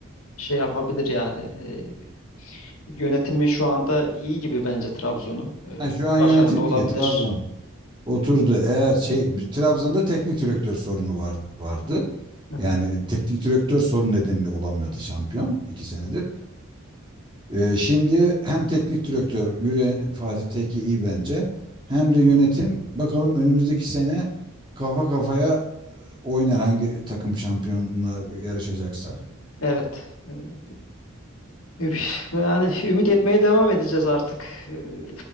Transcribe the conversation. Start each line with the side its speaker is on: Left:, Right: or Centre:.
Left: şey yapabilir yani eee, yönetimi şu anda iyi gibi bence Trabzon'un Eee, Evet.
Right: ha, şu an yönetimi
Left: başarılı olabilir.
Right: iyi. Trabzon oturdu. Eğer şey bir- Trabzon'da teknik direktör sorunu var, vardı.
Left: Hı hı.
Right: Yani teknik direktör sorun nedeniyle olamıyordu şampiyon iki senedir. Ee, şimdi hem teknik direktör Yürüyen Fatih Tekke iyi bence. Hem de yönetim bakalım önümüzdeki sene kafa kafaya oynar hangi takım şampiyonla yarışacaksa.
Left: Evet. Eee, ü- yani ümit etmeye devam edeceğiz artık. Eee,